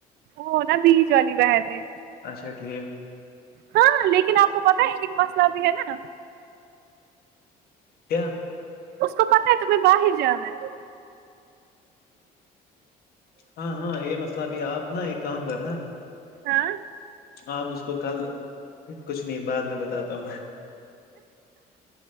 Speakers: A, on the right (about 75°); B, on the left (about 65°).
A: وہ نا بیج والی بہن نے
B: اچھا ٹھیک
A: ہاں لیکن آپ کو پتا ہے ان مسئلہ بھی ہے نا
B: کیا
A: اس کو پتاہ ہے تمہیں باہر جانا ہے
B: ہاں ہاں یہ مسئلہ بھی ہے آپ نا ایک کام کرنا
A: ہاں
B: آپ اس کو کل کچھ نہیں بعد میں بتاتا ہوں میں